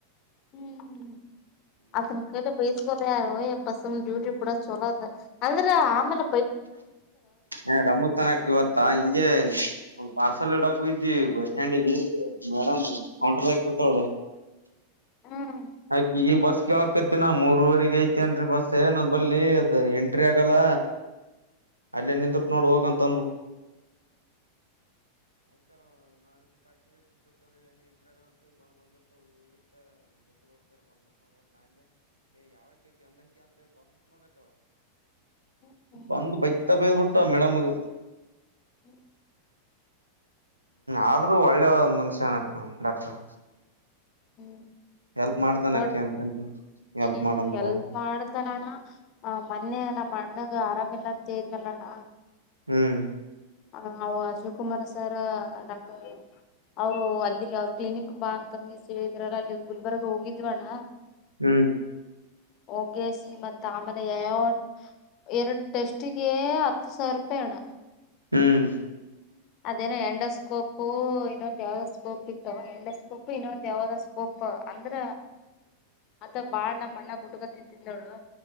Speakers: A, on the left; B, on the right.
A: ಹ್ಮ್ ಅದನ ಕಡೆ ಬೇಸ ಯಾರ <unintelligible> ಬಸುಮ್ ಡ್ಯೂಟಿ ಬಿೂಡ ಚಲೋದ ಅಂದ್ರೆ ಆಮೇಲ
B: ಏ ರಮೋಸ್ಥಾನಕ್ ಇವತ್ತಾ ಹಿಂಗೆ ಒಂದು ಪಾರ್ಸಲ್ ಬಸ್ಸಲ್ಲಿ ಇಡಕ್ ಹೋಗಿದ್ವಿ ಬಸ್ ಸ್ಟಾಂಡ್ ಮೇಡಮ್
A: ಹ್ಮ್
B: ಕೌಂಟರ್ ದಾಗ ಅವಡ
A: ಹ್ಮ್
B: ಕಿಗಿ ಬಸ್ ಕೇಳಕೈತಿ ನಾ ಮೂರವರೆಗ ಐತಿನ್ರರಿ ಬಸ್ಸ ನಂಬಲ್ಲಿ ಅದ ಎಂಟ್ರಿ ಆಗಲ್ಲ. ಅಲ್ಲೇ ನಿಂದ ನೋಡ್ ಹೋಗಂತ
A: <inaudible>
B: ಬಂದ ಬೈತ ಬೈದ ಬಿಟ್ಟ ಮೇಡಮಗ
A: ಹ್ಮ.
B: ಆದ್ರೂ ಒಳ್ಳೆ ಮನುಷ್ಯನಕ್ಕ ಡಾಕ್ಟರ್.
A: <inaudible>
B: ಹೆಲ್ಪ್ ಮಾಡ್ತಾನಕಿ
A: ನೋಡ್
B: ಅಂತಂತ ಹೆಲ್ಪ್
A: ಹ್ಮ್
B: ಮಾಡಂದ್ರ
A: ಎಲ್ ಮಾಡ್ತನಾನ ಆ ಮೊನ್ನೆ ನಮ್ಮ ಅಣ್ಣಗ ಆರಾಮಿಲ್ಲ. ಸೇನಲ್ಲಣ್ಣ
B: ಹ್ಮ್.
A: ಹ ಆವಾ ಶಿವಕುಮಾರ್. ಸರ್ ಡಾಕ್ಟರ್ ಅವರು ಅಲ್ಲಿಗೆ ಅವ ಕ್ಲಿನಿಕ್ ಬಾಕಂಗಿ ಸಳಿದ್ರಾರ ಅಲ್ಲಿ ಗುಲ್ಬರ್ಗ್ ಹೋಗಿದ್ವಣ್ಣ.
B: ಹ್ಮ್.
A: ಓ ಕೆೆ ಸಿ ಮತ್ ಅಮೆಗೆ ಯ ಎರಡ ಟೆಸ್ಟಿಗೆ ಹತ್ತು ಸಾವಿರ ರೂಪಾಯಿ ಅಣ
B: ಹ್ಮ್.
A: ಅದೇನ ಎಂಡಸ್ಕೋಪ ಇನ್ನೊಂದ್ ಯಾವ್ದ ಸ್ಕೋಪ್ ಇತ್ತು ಎಂಡಸ್ಕೋಪ್ ಇನ್ನೊಂದ್ ಯಾವ್ದ ಸ್ಕೋಪ್ ಅಂದ್ರ ಅಥ ಬಾಳ್ ನಮ್ಮ್ ಅಣ್ಣ ಹುಟಕ ತಿನ್ಂತಿಂದವಳು.